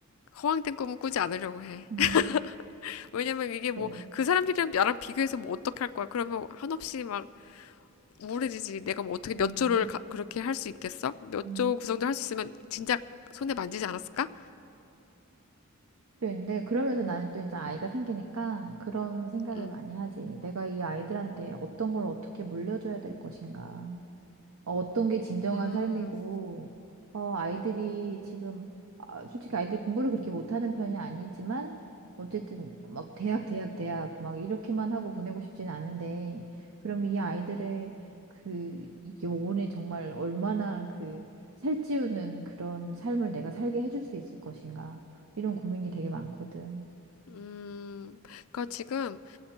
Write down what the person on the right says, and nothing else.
음,
네.
음,
음.
또 근데 그러면서 나는 또 이제 아이가 생기니까 그런 생각을
많이 하지. 내가 이 아이들한테 어떤 걸 어떻게 물려줘야 될 것인가. 어, 어떤 게 진정한
삶이고, 어, 아이들이 지금, 아, 솔직히 아이들 공부를 그렇게 못하는 편이 아니지만, 어쨌든 막 대학, 대학, 대학, 막 이렇게만 하고 보내고 싶진 않은데, 그럼 이 아이들의
그 영혼에 정말 얼마나 그 살찌우는 그런 삶을 내가 살게 해줄 수 있을 것인가, 이런 고민이 되게 많거든.